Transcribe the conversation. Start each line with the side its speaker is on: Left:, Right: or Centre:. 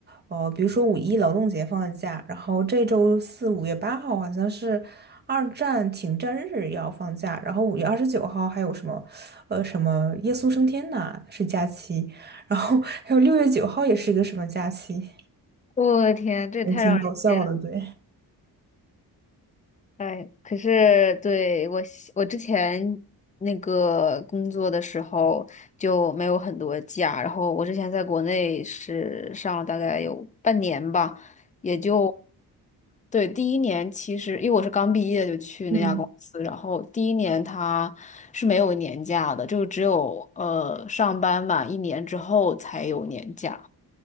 Right: 呃，比如说五一劳动节放的假，然后这周四五月八号好像是二战停战日要放假，然后五月二十九号还有什么，呃，什么耶稣升天呐是假期，然后还有六月九号也是一个什么假期，
Left: 我的天，这也太让人羡慕了。
Right: 还挺搞笑的，对。
Left: 哎，可是对我喜我之前那个工作的时候就没有很多假，然后我之前在国内是上了大概有半年吧，也就对第一年，其实因为我是刚毕业就去那家公司，
Right: 嗯，
Left: 然后第一年他是没有年假的，就只有呃上班满一年之后才有年假。